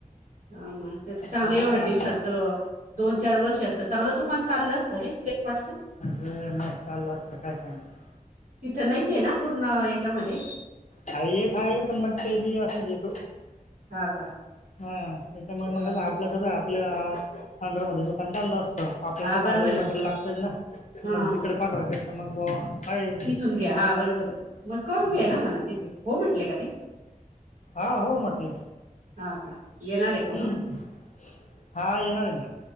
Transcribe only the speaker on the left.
मग
कसं आपले
अे म चाल असतं काय सांगायचं
खाये खाय पण मग ते बी असंच येतो
हा त्याच्यामुळे मग
आपलं कसं आपल्या अंडरमध्येध्ये दुकान चाललं असत आपल्याला
कसं
आपल्याला
मटेरियल लागतंय ना
मग
तिकडे पाठवायपेक्षा मग आहे
असं
हा हो म्हटले
हम्म हा येणार आहे ना